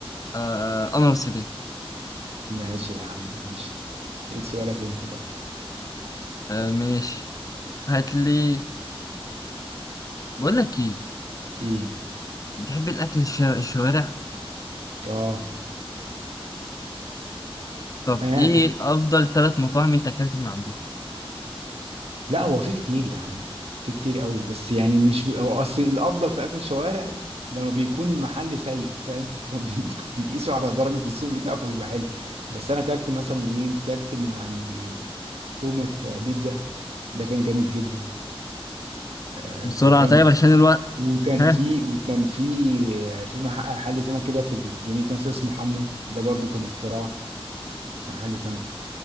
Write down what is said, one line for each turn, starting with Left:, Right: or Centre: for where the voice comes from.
Left: آه، أنور السادات
Right: ماشي يا عم ماشي ايه سؤالك انت بقى
Left: آه، ماشي هات لي بقول لك إيه
Right: ايه
Left: بتحب الأكل الش- الشوارع؟
Right: اه
Left: طب
Right: اه
Left: إيه أفضل ثلاث مطاعم أنت أكلت من عندهم؟
Right: لا هو في كتير يا عم في كتير قوي بس يعني مش هو اصل الافضل في اكل الشوارع لما بيكون المحل سيء فاهم <laughs> فبيقيسوا على درجة السوق بتاعه فبيبقى حلو بس انا اكلت مثلا ايه اكلت من عند توماس بيتزا ده كان جامد جدا آه
Left: بسرعة
Right: كان حلو
Left: طيب عشان الوقت
Right: وكان
Left: ها
Right: في وكان في في مح- محل سمك كده في في مدينة نصر اسمه حمو ده برضو كان اختراع محل سمك